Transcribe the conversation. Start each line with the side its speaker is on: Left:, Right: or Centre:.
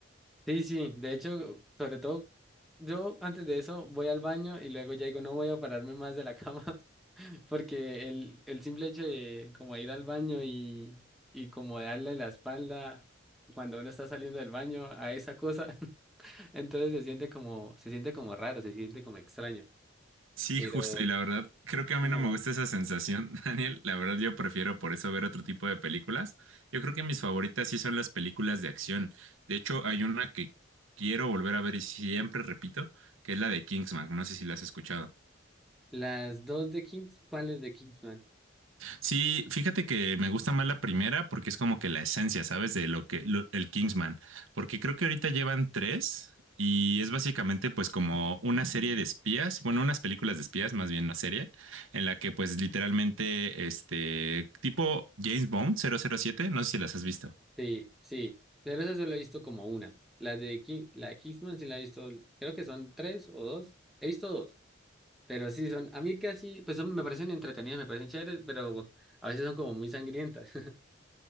Centre: Sí, sí, de hecho, sobre todo, yo antes de eso voy al baño y luego ya digo, no voy a pararme más de la cama, <laughs> porque el, el simple hecho de como ir al baño y, y como darle la espalda cuando uno está saliendo del baño a esa cosa, <laughs> entonces se siente como, se siente como raro, se siente como extraño.
Right: Sí,
Centre: Pero
Right: justo, y la verdad, creo que a mí
Centre: no,
Right: no me gusta esa sensación, <laughs> Daniel. La verdad, yo prefiero por eso ver otro tipo de películas. Yo creo que mis favoritas sí son las películas de acción. De hecho, hay una que quiero volver a ver y siempre repito, que es la de Kingsman. No sé si la has escuchado.
Centre: las dos de Kings, ¿cuáles de Kingsman?
Right: Sí, fíjate que me gusta más la primera porque es como que la esencia, ¿sabes? De lo que lo- el Kingsman, porque creo que ahorita llevan tres y es básicamente pues como una serie de espías, bueno, unas películas de espías, más bien una serie en la que pues literalmente este tipo James Bond cero cero siete, no sé si las has visto.
Centre: Sí, sí, pero esa solo he visto como una. La de Ki- la de Kingsman sí la he visto, creo que son tres o dos. He visto dos, pero sí son, a mí casi, pues son, me parecen entretenidas, me parecen chéveres, pero a veces son como muy sangrientas. <laughs>